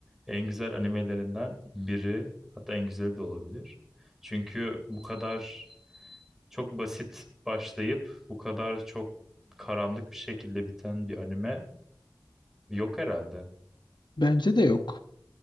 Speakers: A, in the centre; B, on the left.
A: En güzel animelerinden biri, hatta en güzeli de olabilir. Çünkü bu kadar çok basit başlayıp bu kadar çok karanlık bir şekilde biten bir anime yok herhalde.
B: Bence de yok.